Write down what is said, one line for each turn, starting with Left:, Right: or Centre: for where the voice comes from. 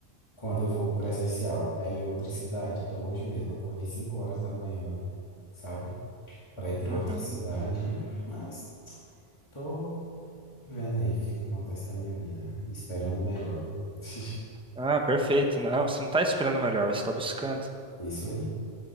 Left: quando eu vou pro presencial, é em outra cidade. Então, hoje mesmo acordei 5 horas da manhã, sabe, para ir para
Centre: Uhum.
Left: outra cidade, mas tô vendo aí o que que acontece na minha vida e esperando o melhor. <laughs>
Centre: Ah, perfeito. Não, você não tá esperando o melhor, você tá buscando.
Left: Isso aí.